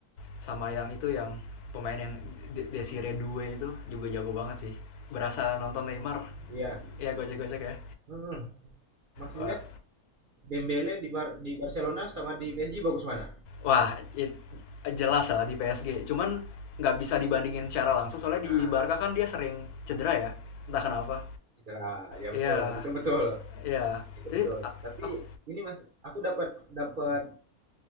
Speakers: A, on the left; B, on the right.
A: Sama yang itu yang pemain yang De- Desire itu juga jago banget sih. Berasa nonton Neymar.
B: iya
A: Iya, gocek-gocek ya.
B: Mhm. mas
A: Wah,
B: lihat Dembele di Bar- di Barcelona sama di PSG bagus mana
A: wah i- jelas lah di PSG. Cuman nggak bisa dibandingin secara langsung soalnya
B: nah
A: di Barca kan dia sering cedera ya. Entah kenapa.
B: cedera ya
A: Iya,
B: betul itu betul
A: iya.
B: itu
A: Jadi
B: betul tapi
A: aku
B: ini mas aku dapat dapat